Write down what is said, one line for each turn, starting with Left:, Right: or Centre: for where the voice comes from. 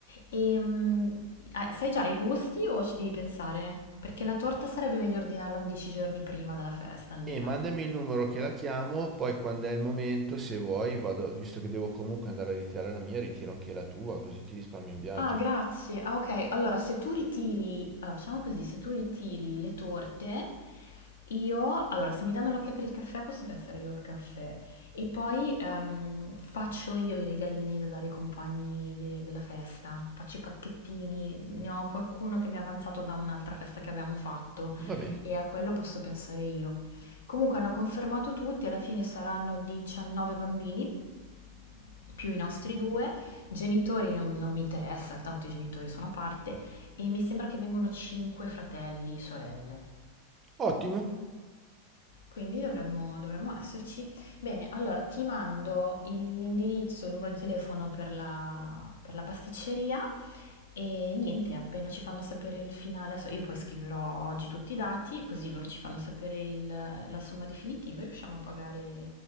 Left: E, mm, ah, sai già i gusti o ci devi pensare? Perché la torta sarebbe meglio ordinarla 11 giorni prima della festa, almeno.
Right: E mandami il numero che la chiamo, poi quando è il momento, se vuoi, vado, visto che devo comunque andare a ritirare la mia, ritiro anche la tua, così ti risparmi un viaggio.
Left: Ah, grazie. Ah, ok. Allora, se tu ritiri, allora, facciamo così, se tu ritiri le torte, io, allora, se mi danno l'ok per il caffè, posso pensare io al caffè. E poi ehm, faccio io i regalini da dare ai compagni de- della festa. Faccio i pacchettini. Ne ho qualcuno che mi è avanzato da un'altra festa che avevamo fatto
Right: Va bene.
Left: e a quello posso pensare io. Comunque hanno confermato tutti, alla fine saranno 19 bambini più i nostri due, genitori non, non mi interessa, tanto i genitori sono a parte, e mi sembra che vengono cinque fratelli, sorelle.
Right: Ottimo.
Left: Quindi dovremmo, dovremmo esserci. Bene, allora ti mando il- l'indirizzo, il numero di telefono per la, per la pasticceria e niente, appena ci fanno sapere il finale, adesso io poi scriverò oggi tutti i dati, così loro ci fanno sapere il- la somma definitiva e riusciamo a pagare,